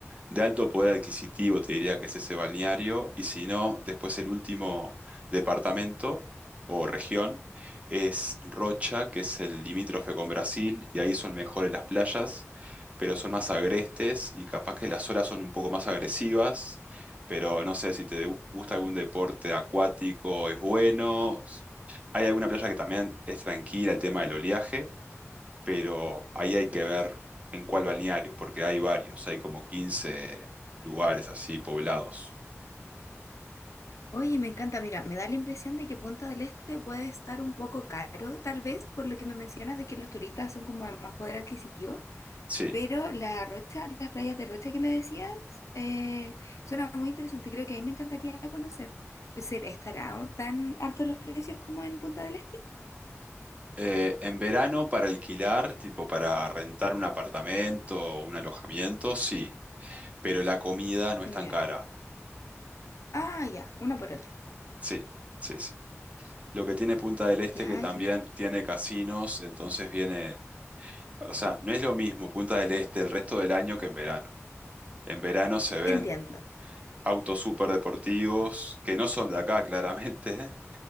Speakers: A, on the right; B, on the left.
A: de alto poder adquisitivo, te diría que es ese balneario, y si no, después el último departamento o región es Rocha, que es el limítrofe con Brasil, y ahí son mejores las playas, pero son más agrestes y capaz que las olas son un poco más agresivas, pero no sé si te gusta algún deporte acuático, es bueno. Hay alguna playa que también es tranquila, el tema del oleaje pero ahí hay que ver en cuál balneario, porque hay varios, hay como 15 lugares así poblados.
B: Oye, me encanta, mira, me da la impresión de que Punta del Este puede estar un poco caro, tal vez por lo que me mencionas de que los turistas son como de más poder adquisitivo,
A: Sí.
B: pero la Rocha, las playas de Rocha que me decías, eh, suena muy interesante, creo que ahí me encantaría conocer. Pues, ¿ser- ¿Estará tan altos los precios como en Punta del Este?
A: Eh, en verano para alquilar, tipo para rentar un apartamento o un alojamiento, sí, pero la comida no es
B: Ya.
A: tan cara.
B: Ah, ya, una por otra.
A: Sí, sí, sí. Lo que tiene Punta del Este
B: Ya,
A: que también
B: genial.
A: tiene casinos, entonces viene, o sea, no es lo mismo Punta del Este el resto del año que en verano. En verano se ven
B: Entiendo.
A: autos súper deportivos, que no son de acá <laughs> claramente,